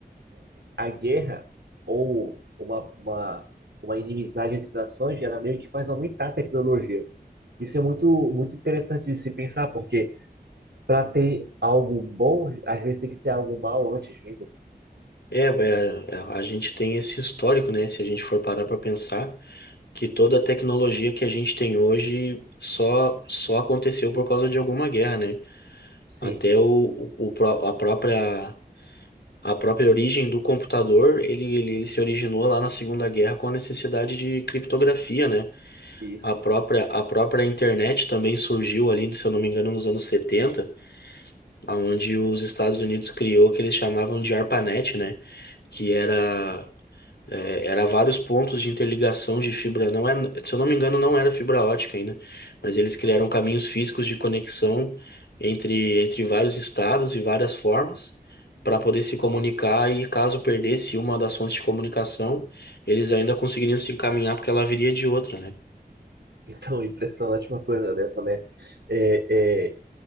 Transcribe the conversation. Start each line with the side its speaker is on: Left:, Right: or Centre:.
Right: a guerra ou uma, uma, uma inimizade entre nações, ela meio que faz aumentar a tecnologia. Isso é muito, muito interessante de se pensar, porque para ter algo bom, às vezes tem que ter algo mal antes, lembra?
Left: é, é, a gente tem esse histórico, né? Se a gente for parar para pensar, que toda a tecnologia que a gente tem hoje só só aconteceu por causa de alguma guerra, né?
Right: Sim,
Left: Até o, o, o pró- a própria, a própria origem do computador, ele, ele, ele se originou lá na Segunda Guerra com a necessidade de criptografia, né?
Right: isso.
Left: A própria, a própria internet também surgiu ali, se eu não me engano, nos anos setenta onde os Estados Unidos criou o que eles chamavam de ARPANET, né? Que era é, era vários pontos de interligação de fibra. Não é, se eu não me engano, não era fibra ótica ainda, mas eles criaram caminhos físicos de conexão entre, entre vários estados e várias formas para poder se comunicar
Right: Sim.
Left: e caso perdesse uma das fontes de comunicação, eles ainda conseguiriam se encaminhar porque ela viria de outra, né?
Right: Então, <laughs> impressionante uma coisa dessa, né? É, é,